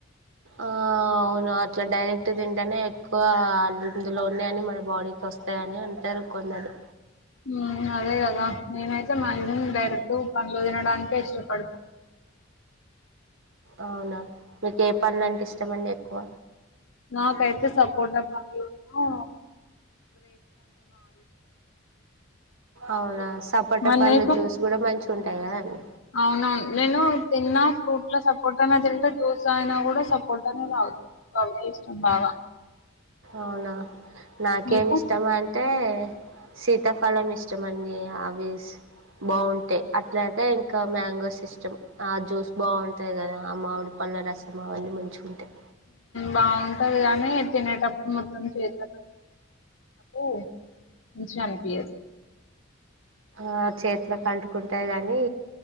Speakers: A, on the right; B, on the left.
A: ఆ అవును అట్లా డైరెక్ట్ తింటేనే ఎక్కువ అందులో ఉన్నాయని మన బాడీకి వస్తాయని అంటారు కొందరు
B: హు అదే కదా నేనైతే మాక్సిమం డైరెక్ట్ పండ్లు తినడానికే ఇష్టపడతా
A: అవునా మీకు ఏ పండ్లు అంటే ఇష్టమ అండి ఎక్కువ
B: నాకైతే సపోర్ట్ పండు ను
A: అవునా సపోటా
B: మరి
A: పండు
B: నీకు
A: జ్యూస్ కూడా మంచి ఉంటాయి కదండి
B: అవునవును నేను తిన్నా ఫ్రూట్ లో సపోర్ట్నే తింటే జ్యూస్ అయినా కూడా సపోర్ట్నే తాగుతా గవే ఇష్టం బాగా
A: అవునా నాకేమిష్టమంటే
B: నీకు
A: సీతాఫలం ఇస్టమండి అవి బాగుంటయి అట్లాగే ఇంకా మ్యాంగోస్ ఇష్టం ఆ జ్యూస్ బాగుంటయి కదా ఆ మామిడి పళ్ళ రసం అవన్నీ మంచిగుంటయ్
B: బాగుంటది గాని తినేటప్పుడు మొత్తం చేత ఉ చాంపియన్
A: ఆ చేతిలో కంటుకుంటయి కాని